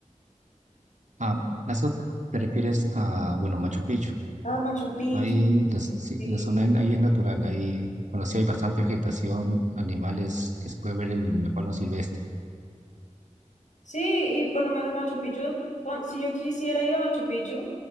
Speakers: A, on the right (about 65°); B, on the left (about 65°).
A: Ah, a eso te refieres a, bueno, Machu Picchu.
B: ah, Machu Picchu,
A: Ahí las- sí,
B: sí.
A: la zona en- ahí es natural, ahí, bueno, sí hay bastante vegetación, animales que se puede ver en el pano silvestre.
B: Sí, y por lo menos Machu Picchu, cuan- si yo quisiera ir a Machu Picchu,